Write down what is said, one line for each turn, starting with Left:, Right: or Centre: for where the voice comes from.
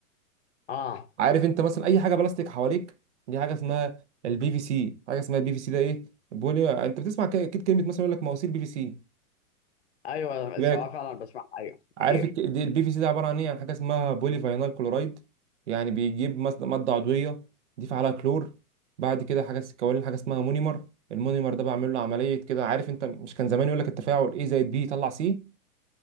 Left: اه
Right: عارف انت مثلا اي حاجه بلاستيك حواليك دي حاجه اسمها البي في سي حاجه اسمها البي في سي ده ايه بولي انت بتسمع ك- اكيد كلمه مثلا يقول لك مواسير بي في سي
Left: ايوه
Right: بالك
Left: الصراحه فعلا بسمعها ايوه
Right: عارف
Left: كتير
Right: الك- دي البي في سي ده عباره عن ايه عن حاجه اسمها بولي فاينال كلورايد يعني بيجيب مس- ماده عضويه دي فعلها كلور بعد كده حاجه س- كوالين حاجه اسمها مونيمر المونيمر ده بعمل له عمليه كده عارف انت مش كان زمان يقول لك التفاعل ايه زائد بي يطلع سي